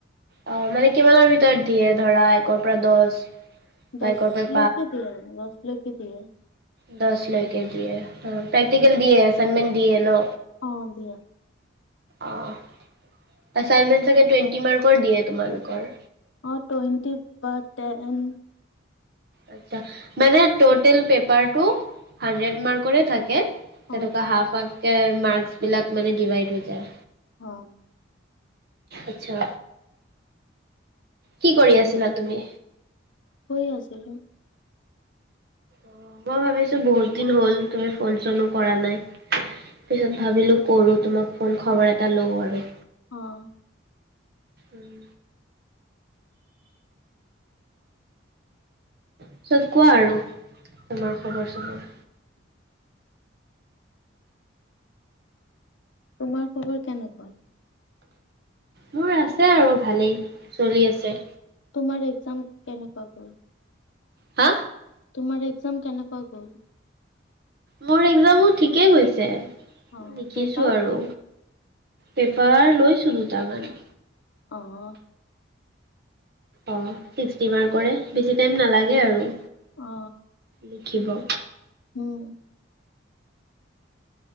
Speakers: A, on the right; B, on the left.
A: অ মানে কিমানৰ ভিতৰত দিয়ে ধৰা একৰ পৰা দহ বা
B: দহ
A: একৰ পৰা
B: লৈকে দিয়ে দহ লৈকে দিয়ে
A: দহ লৈকে দিয়ে প্ৰেকটিকেল দিয়ে এচাইনমেণ্ট দিয়ে ন
B: অ দিয়ে
A: আহঁ এচাইনমেন্ট চাগে টুৱেন্টি মাৰ্কৰ দিয়ে তোমালোকৰ
B: অ টুৱেণ্টি বা টেন
A: আচ্ছা মানে টোটেল পেপাৰটো হানড্ৰেড মাৰ্কৰে থাকে তেনেকুৱা
B: অ থাক
A: হাফ হাফ কে মাৰ্কছ বিলাক মানে ডিভাইড হৈ যায়
B: অঁ
A: আচ্ছা কি কৰি আছিলা তুমি
B: শুই আছিলো
A: অ মই ভাবিছো বহুত দিন হল তুমি ফোন চনো কৰা নাই। পিছত ভাবিলো কৰো তোমাক ফোন খবৰ এটা লওঁ আৰু
B: অঁ
A: উম পিছত কোৱা আৰু তোমাৰ খবৰ চবৰ
B: তোমাৰ খবৰ কেনেকুৱা?
A: মোৰ আছে আৰু ভালেই চলি আছে।
B: তোমাৰ এক্সাম কেনেকুৱা গ'ল?
A: হা
B: তোমাৰ এক্সাম কেনেকুৱা গ'ল।
A: মোৰ এক্সামো ঠিকে গৈছে
B: অ
A: লিখিছো
B: পেপাৰ
A: আৰু পেপাৰ লৈছো দুটামান
B: অঁ
A: অ চিক্সটি মাৰ্কৰ হে বেছি টাইম নালাগে আৰু
B: অ
A: লিখিব
B: উম